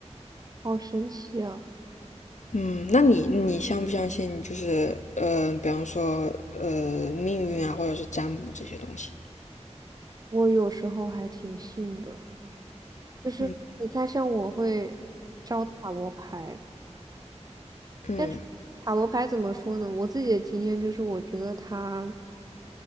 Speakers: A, on the right (about 30°); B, on the left (about 85°).
A: 好神奇啊！
B: 嗯，那你你相不相信就是呃，比方说呃命运啊，或者是占卜这些东西？
A: 我有时候还挺信的，就是你看，
B: 嗯
A: 像我会招塔罗牌，
B: 嗯
A: 但是塔罗牌怎么说呢？我自己的经验就是，我觉得它